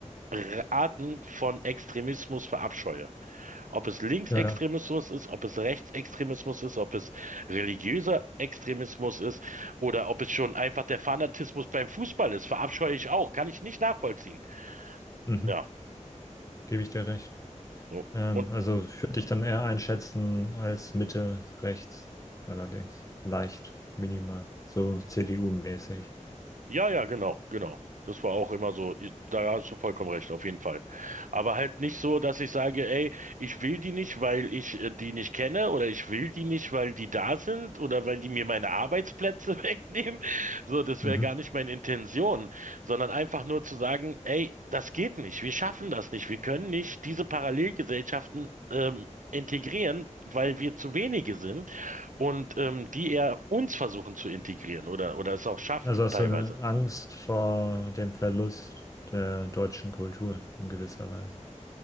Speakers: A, on the right; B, on the left.
A: R- Arten von Extremismus verabscheue. Ob es Linksextremismus
B: Ja, ja.
A: ist, ob es Rechtsextremismus ist, ob es religiöser Extremismus ist oder ob es schon einfach der Fanatismus beim Fußball ist, verabscheue ich auch, kann ich nicht nachvollziehen.
B: Mhm.
A: Ja,
B: Gebe ich dir recht.
A: so.
B: Ähm,
A: Und
B: also ich würde dich dann eher einschätzen als Mitte rechts, allerdings leicht, minimal, so CDU-mäßig.
A: Ja, ja, genau, genau. Das war auch immer so, da hast du vollkommen recht, auf jeden Fall. Aber halt nicht so, dass ich sage, ey, ich will die nicht, weil ich äh, die nicht kenne oder ich will die nicht, weil die da sind oder weil die mir meine Arbeitsplätze <laughs> wegnehmen. So, das
B: Mhm.
A: wäre gar nicht meine Intention, sondern einfach nur zu sagen, ey, das geht nicht, wir schaffen das nicht, wir können nicht diese Parallelgesellschaften ähm, integrieren, weil wir zu wenige sind und ähm, die eher uns versuchen zu integrieren oder, oder es auch schaffen,
B: Also hast
A: teilweise.
B: du eine Angst vor dem Verlust der deutschen Kultur in gewisser Weise.